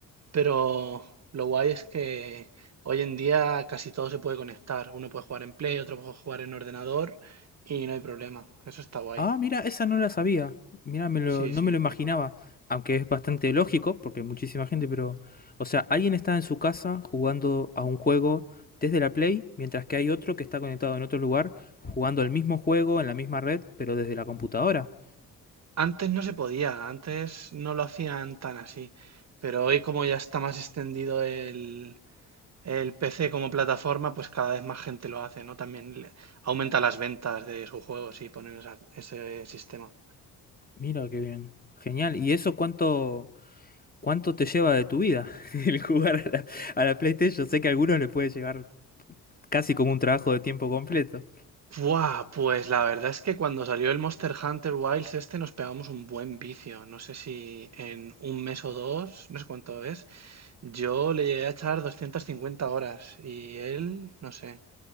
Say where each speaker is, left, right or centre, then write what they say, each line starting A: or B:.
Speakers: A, on the right (about 35°); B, on the left (about 20°).
A: pero lo guay es que hoy en día casi todo se puede conectar. Uno puede jugar en Play, otro puede jugar en ordenador y no hay problema. Eso está guay.
B: Ah, mira, esa no la sabía. Mira, me lo,
A: Sí,
B: no
A: sí.
B: me lo imaginaba. Aunque es bastante lógico, porque hay muchísima gente, pero. O sea, alguien está en su casa jugando a un juego desde la Play, mientras que hay otro que está conectado en otro lugar, jugando al mismo juego en la misma red, pero desde la computadora.
A: Antes no se podía, antes no lo hacían tan así, pero hoy como ya está más extendido el, el PC como plataforma, pues cada vez más gente lo hace, ¿no? También le- aumenta las ventas de sus juegos y ponen esa- ese sistema.
B: Mira qué bien. Genial. ¿Y eso cuánto, cuánto te lleva de tu vida? <laughs> El jugar a la, a la PlayStation. Sé que a algunos le puede llevar casi como un trabajo de tiempo completo.
A: Buah, pues la verdad es que cuando salió el Monster Hunter Wilds este nos pegamos un buen vicio. No sé si en un mes o dos, no sé cuánto es, yo le llegué a echar 250 horas y él, no sé. <laughs>